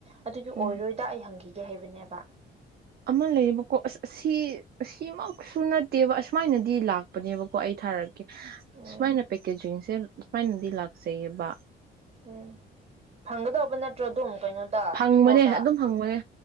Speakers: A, on the right (about 30°); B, on the right (about 50°).
A: ꯑꯗꯨꯗꯤ
B: ꯎꯝ
A: ꯑꯣꯏꯔꯣꯏꯗ ꯑꯩ ꯍꯪꯈꯤ ꯒꯦ ꯍꯥꯏꯕꯅꯦꯕ
B: ꯑꯃ ꯂꯩꯌꯦꯕꯀꯣ ꯑꯁ ꯑꯁꯤ ꯁꯤꯃꯛꯁꯨ ꯅꯠꯇꯦꯕ ꯑꯁꯨꯃꯥꯏꯅꯗꯤ ꯂꯥꯛꯄꯅꯦꯕꯀꯣ ꯑꯩ ꯊꯥꯔꯛ
A: ꯎꯝ
B: ꯁꯨꯃꯥꯏꯅ ꯄꯦꯛꯀꯦꯖꯤꯡꯁꯦ ꯁꯨꯃꯥꯏꯅꯗꯤ ꯂꯥꯛꯆꯩꯌꯦꯕ
A: ꯎꯝ ꯐꯪꯒꯗꯧꯕ ꯅꯠꯇ꯭ꯔꯣ ꯑꯗꯨꯝ ꯀꯩꯅꯣꯗ
B: ꯐꯪꯕꯅꯦ
A: ꯏꯁꯇꯣꯔꯗ
B: ꯑꯗꯨꯝ ꯐꯪꯕꯅꯦ